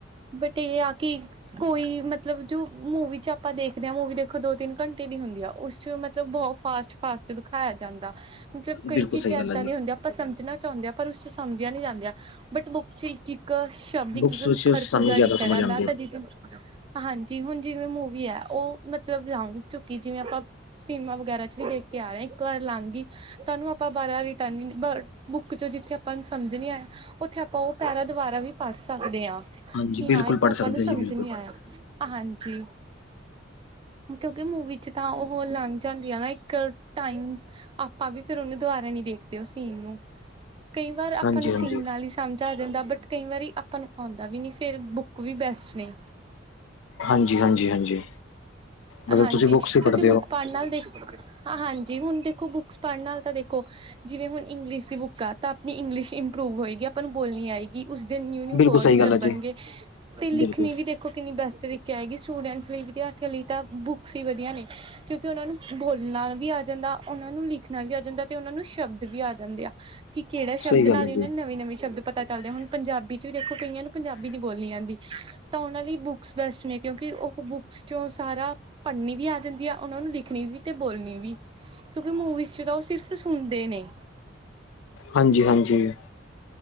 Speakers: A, on the right (about 25°); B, on the left (about 80°).
A: ਬਟ ਇਹ ਆ ਕਿ ਕੋਈ ਮਤਲਬ ਜੋ ਮੂਵੀ ਚ ਆਪਾਂ ਦੇਖਦੇ ਹਾਂ ਮੂਵੀ ਦੇ ਦੋ ਤਿੰਨ ਘੰਟੇ ਦੀ ਹੁੰਦੀ ਆ ਉਸ ਚ ਮਤਲਬ ਬਹੁਤ ਫਾਸਟ ਫਾਸਟ ਦਿਖਾਇਆ ਜਾਂਦਾ ਮਤਲਬ ਕਈ
B: ਬਿਲਕੁਲ
A: ਚੀਜ਼ਾਂ
B: ਸਹੀ ਗੱਲ
A: ਇੱਦਾਂ
B: ਹੈ ਜੀ
A: ਦੀਆਂ ਹੁੰਦੀਆਂ ਆਪਾਂ ਸਮਝਣਾ ਚਾਹੁੰਦੇ ਹਾਂ ਪਰ ਉਸ ਚ ਸਮਝਿਆ ਨਹੀਂ ਜਾਂਦਾ ਆਂ ਬਟ ਬੁੱਕ ਚ ਹੀ ਇੱਕ ਸ਼ਬਦ ਇੱਕ
B: ਬੁੱਕਸ
A: ਇੱਕ ਅੱਖਰ
B: ਵਿੱਚ ਸਾਨੂੰ
A: ਪੂਰਾ
B: ਜ਼ਿਆਦਾ
A: ਲਿਖਿਆ
B: ਸਮਝ
A: ਜਾਂਦਾ
B: ਆਉਂਦੀ ਹੈ
A: ਤਾਂ ਜਿਦ ਹਾਂਜੀ ਹੁਣ ਜਿਵੇਂ ਮੂਵੀ ਹੈ ਉਹ ਮਤਲਬ ਲੰਘ ਚੁੱਕੀ ਜਿਵੇਂ ਆਪਾਂ ਸਿਨੇਮਾ ਵਗੈਰਾ ਚ ਵੀ ਦੇਖ ਕੇ ਆ ਰਿਹਾ ਇੱਕ ਵਾਰ ਲੰਘ ਗਈ ਤਾ ਉਹਾਨੂੰ ਆਪਾਂ ਬਾਰਾਂ ਰਿਟਰਨ ਬੁੱਕ ਚੋਂ ਜਿੱਥੇ ਆਪਾਂ ਸਮਝਣੇ ਨੀ ਆਇਆਂ ਉੱਥੇ ਆਪਾਂ ਉਹ ਪਹਿਰਾਂ ਦੁਬਾਰਾ ਵੀ ਪੜ੍ਹ ਸਕਦੇ ਹਾਂ
B: ਹਾਂਜੀ
A: ਕਿ
B: ਬਿਲਕੁਲ
A: ਹਾਂ ਇੱਥੋਂ
B: ਪੜ੍ਹ
A: ਆਪਾਂ
B: ਸਕਦੇ
A: ਨੂੰ ਸਮਝ
B: ਹੋ ਜੀ ਬਿਲਕੁਲ
A: ਨੀ ਆਇਆ ਹਾਂਜੀ ਕਿਉਂਕਿ ਮੂਵੀ ਚ ਤਾਂ ਓਹੋ ਲੰਘ ਜਾਂਦੀ ਆ ਨਾ ਏਕ ਟਾਈਮ ਆਪਾਂ ਵੀ ਫੇਰ ਓਨੂੰ ਦੁਬਾਰਾ ਨੀ ਦੇਖਦੇ ਤੇ ਸੀਨ ਨੂੰ, ਕਈ ਵਾਰ ਆਪਾਂ
B: ਹਾਂਜੀ
A: ਨੂੰ ਸੀਨ
B: ਹਾਂਜੀ
A: ਨਾਲ ਈ ਸਮਝ ਆ ਜਾਂਦਾ ਬਟ ਕਈ ਵਾਰੀ ਆਪਾਂ ਨੂੰ ਆਉਂਦਾ ਵੀ ਨਈ ਫੇਰ ਬੁੱਕ ਵੀ ਬੈਸਟ ਨੇ
B: ਹਾਂਜੀ ਹਾਂਜੀ ਹਾਂਜੀ ਮਤਲਬ
A: ਹਾਂਜੀ
B: ਤੁਸੀਂ ਬੁੱਕਸ ਹੀ
A: ਕਿਉਂਕਿ
B: ਪੜ੍ਹਦੇ
A: ਬੁੱਕ
B: ਹੋ
A: ਪੜ੍ਹ ਨਾਲ ਦੇਖ, ਹਾਂਜੀ ਹੁਣ ਦੇਖੋ ਬੁੱਕਸ ਪੜ੍ਹ ਨਾਲ ਤਾਂ ਦੇਖੋ ਜਿਵੇਂ ਹੁਣ ਇੰਗਲਿਸ਼ ਦੀ ਬੁੱਕ ਤਾਂ ਆਪਣੀ ਇੰਗਲਿਸ਼ ਇੰਪਰੂਵ ਹੋਏਗੀ ਆਪਾਂ ਨੂੰ ਬੋਲਣੀ ਆਏਗੀ। ਉਸਦੇ ਨਿਊ-ਨਿਊ
B: ਬਿਲਕੁਲ
A: ਵਰਡਸ
B: ਸਹੀ ਗੱਲ
A: ਲੱਭਣਗੇ
B: ਹੈ ਜੀ
A: ਤੇ ਲਿਖਣੀ
B: ਬਿਲਕੁਲ
A: ਵੀ ਦੇ ਦੇਖੋ ਕਿੰਨੀ ਬੈਸਟ ਤਰੀਕੇ ਆਏਗੀ ਸਟੂਡੈਂਟਸ ਲਈ ਵਿਦਿਆਰਥੀਆਂ ਲਈ ਤਾਂ ਬੁੱਕਸ ਈ ਵਧੀਆ ਨੇ ਕਿਉਂ ਤੇ ਓਨਾਂ ਨੂੰ ਬੋਲਣਾ ਵੀ ਆ ਜਾਂਦਾ, ਓਨਾਂ ਨੂੰ ਲਿਖਣਾ ਵੀ ਆ ਜਾਂਦਾ ਤੇ ਓਨਾਂ ਨੂੰ ਸ਼ਬਦ ਵੀ ਆ ਜਾਂਦੇ ਆ। ਕੀ ਕੇੜੇ ਸ਼ਬਦ
B: ਸਹੀ ਗੱਲ
A: ਨਾਲ
B: ਹੈ
A: ਓਨਾਂ
B: ਜੀ
A: ਨਵੇਂ-ਨਵੇਂ ਸ਼ਬਦ ਪਤਾ ਪਤਾ ਚੱਲਦੇ ਹੁਣ ਪੰਜਾਬੀ ਚ ਵੀ ਦੇਖੋ ਕਈਆਂ ਨੂੰ ਪੰਜਾਬੀ ਨੀ ਬੋਲਣੀ ਆਂਦੀ। ਤਾਂ ਓਨਾਂ ਲਈ ਬੁੱਕਸ ਬੈਸਟ ਨੇ ਕਿਉਂਕਿ ਉਹ ਬੁੱਕਸ ਚੋਂ ਸਾਰਾ ਪੜ੍ਹਨੀ ਵੀ ਆ ਜਾਂਦੀ ਆ ਓਨਾਂ ਨੂੰ ਲਿਖਣੀ ਵੀ ਤੇ ਬੋਲਣੀ ਵੀ ਕਿਉਂਕਿ ਮ- ਵਿੱਚ ਤਾਂ ਓ ਸਿਰਫ ਸੁਣਦੇ ਨੇ
B: ਹਾਂਜੀ-ਹਾਂਜੀ।